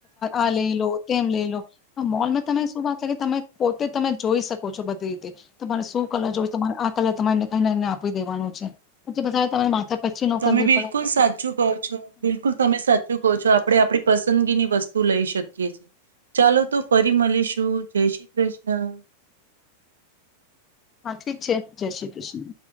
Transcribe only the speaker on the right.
તમે
બિલકુલ
સાચું કહો છો બિલકુલ તમે સાચું કહો છો આપે આપણી પસંદ ની વસ્તુ લઈ શકે. ચાલો તો ફરી મળીશું જય શ્રી કૃષ્ણ.